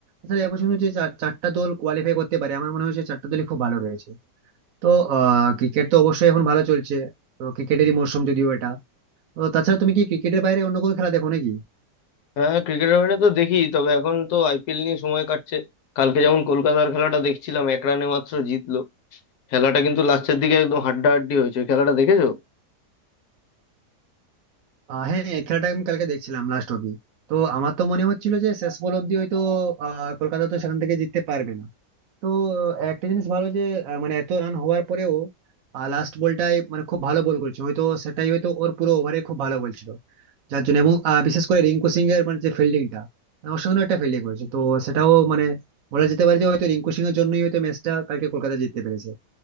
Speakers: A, on the right (about 65°); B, on the left (about 70°).
A: তাহলে এবছর কিন্তু যে চার- চারটা দল কোয়ালিফাই করতে পারে আমার মনে হয় যে চারটা দলই খুব ভালো রয়েছে তো আহ ক্রিকেট তো অবশ্যই এখন ভালো চলছে তো ক্রিকেটেরই মরশুম যদিও এটা তো তাছাড়া তুমি কি ক্রিকেটের বাইরে অন্য কোনো খেলা দেখো নাকি
B: হ্যাঁ ক্রিকেটের বাইরে তো দেখি তবে এখন তো আইপিএল নিয়ে সময় কাটছে কালকে যেমন কলকাতার খেলাটা দেখছিলাম এক রানে মাত্র জিতলো খেলাটা কিন্তু লাস্টের দিকে একদম হাড্ডাহাড্ডি হয়েছে ওই খেলাটা দেখেছো
A: আহ, হ্যাঁ এই খেলাটা আমি কালকে দেখছিলাম লাস্ট অব্দি তো আমার তো মনে হচ্ছিল যে শেষ বল অব্দি হয়তো আহ কলকাতা তো সেখান থেকে জিততে পারবে না তো আহ, একটা জিনিস ভালো যে আহ, মানে এত রান হওয়ার পরেও লাস্ট বলটায় মানে খুব ভালো বল করেছে হয়তো সেটাই হয়তো ওর পুরো ওভারে খুব ভালো বলছিল যার জন্য এবং আহ, বিশেষ করে রিঙ্কু সিং এর মানে যে ফিল্ডিংটা অসাধারণ একটা ফিল্ডিং করেছে তো সেটাও মানে বলা যেতে পারে যে হয়তো রিঙ্কু সিং এর জন্যই হয়তো ম্যাচটা কালকে কলকাতা জিততে পেরেছে